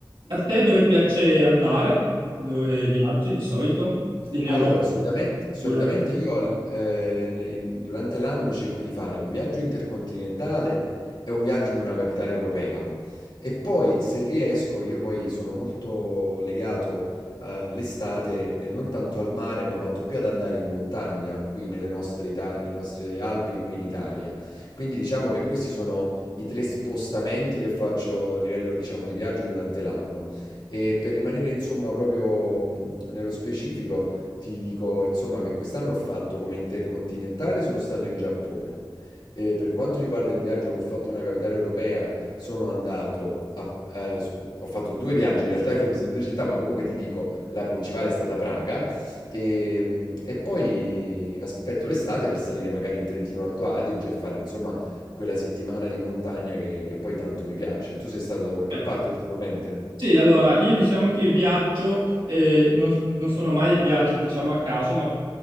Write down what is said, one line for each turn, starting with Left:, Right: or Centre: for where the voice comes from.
Right: a te dove piace andare? Dove viaggi di solito? In Europa
Left: Allora, solitamente, solitamente
Right: pure?
Left: io al- eh, ne- in- durante l'anno cerco di fare un viaggio intercontinentale e un viaggio in una capitale europea. E poi, se riesco, io poi sono molto legato eh, all'estate, e non tanto al mare, ma quanto più ad andare in montagna, qui nelle nostre, Ita- nelle nostre Alpi, qui in Italia. Quindi diciamo che questi sono i tre spostamenti che faccio a livello, diciamo, di viaggio durante l'anno. E per rimanere, insomma, proprio mh, nello specifico... Ti dico, insomma, che quest'anno ho fatto come intercontinentale, sono stato in Giappone. E per quanto riguarda il viaggio che ho fatto in una capitale europea, sono andato a, eh, s- ho fatto due viaggi in realtà che ho visto due città, ma comunque ti dico, la principale è stata Praga e, mm, e poi aspetto l'estate per salire magari in Trentino Alto Adige e fare insomma quella settimana di montagna che, che poi tanto mi piace. Tu sei stato da qualche
Right: Eh.
Left: parte ultimamente?
Right: Sì, allora io diciamo che viaggio, eh, non, non sono mai viaggi diciamo a caso, ma,